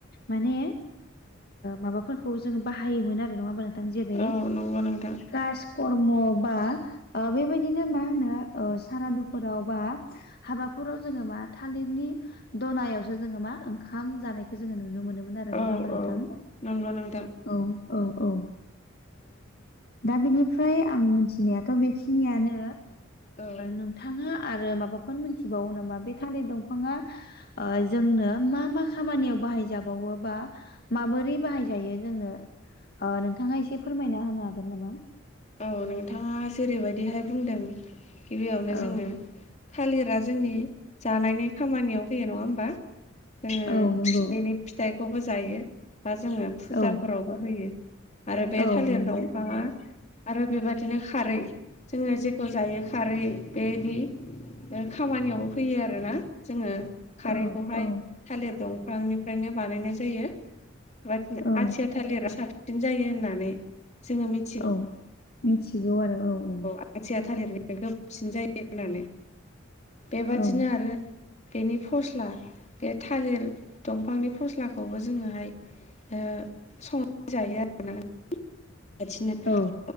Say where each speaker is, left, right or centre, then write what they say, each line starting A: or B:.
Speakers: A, on the left; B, on the left.
A: माने माबाफोरखौ जोङो बाहायोमोन आरो नङा होमबा नोंथां जेरै
B: औ नंगौ नोंथां
A: कास खर्म बा बेबायदिनो मा होनो सारादुफोराव बा हाबाफोराव जोङो मा थालिरनि दनायावसो जोङो मा ओंखाम जानायखौ जोङो नुनो मोनोमोन आरो
B: औ
A: नङा ह नोंथां
B: औ नंगौ नोंथां
A: औ औ औ दा बिनिफ्राय आं मिथिनायाथ' बेखिनियानो
B: औ
A: नोंथाङा आरो माबाफोर मोनथिबावो नामा बे थालिर दंफाङा जोंनो मा मा खामानियाव बाहायजाबावो बा माबोरै बाहायजायो जोंनो नोंथाङा एसे फोरमायना होनो हागोन नामा
B: औ नोंथाङा जेरैबायदिहाय बुंदों गिबियावनो
A: औ
B: जोङो थालिरा जोंनि जानायनि खामानियाव फैयो नङा होमबा जोङो
A: औ नंगौ
B: बेनि फिथाइखौबो जायो बा जोङो फुजाफोरावबो
A: औ
B: होयो। आरो बे
A: औ
B: थालिर
A: नंगौ
B: दंफाङा आरो बेबायदिनो खारै जोङो जेखौ जायो खारै बेनि खामानियावबो फैयो आरोना। जोङो खारैखौहाय
A: औ औ
B: थालिर दंफांनिफ्रायनो बानायनाय जायो ब
A: औ
B: आथिया थालिरा साबसिन जायो होननानै जोङो मिथि
A: औ मिथिगौ आरो औ
B: खाथिया थालिरनिया गोबाबसिन जायो होननानै बेबादिनो
A: औ
B: आरो बेनि फस्ला बे थालिर दंफांनि फस्लाखौबो जोङोहाय ओ संनानै जायो आरो ना नोंथा बेबाबिदिनो
A: औ